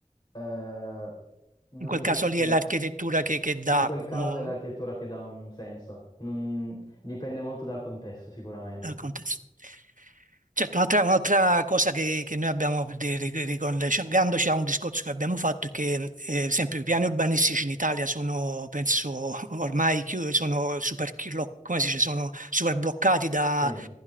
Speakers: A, on the left; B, on the right.
A: eh, non
B: In quel
A: esiste,
B: caso lì è l'architettura che, che dà
A: in quel caso
B: un,
A: è l'architettura che dà un senso, Non- dipende molto dal contesto sicuramente.
B: al contesto. Certo, un'altra un'altra cosa che, che noi abbiamo, per dire, ri- ricollegandoci a un discorso che abbiamo fatto, è che eh, sempre i piani urbanistici in Italia sono, penso, ormai chiu- sono super, chi- lo- come si dice, sono super bloccati da,
A: Sì.